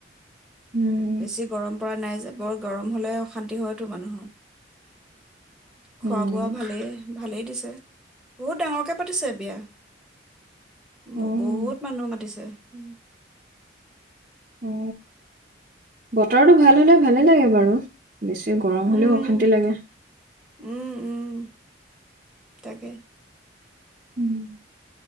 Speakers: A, on the right (about 40°); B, in the centre.
A: উম,
B: বেছি গৰম। পৰা নাই বৰ গৰম হ'লে অশান্তি হয়। টো মানুহৰ।
A: উম,
B: খোৱা-বোৱা ভালেই। ভালেই দিছে বহুত ডাঙৰকে পাতিছে বিয়া
A: অ',
B: ম বহুত মানুহ মাতিছে উম
A: উ বতৰটো ভাল
B: সেয়ে
A: হ'লে ভালেই লাগে বাৰু। বেছি গৰম
B: উম
A: হ'লেও অশান্তি লাগে।
B: উম, উম, তাকে।
A: উম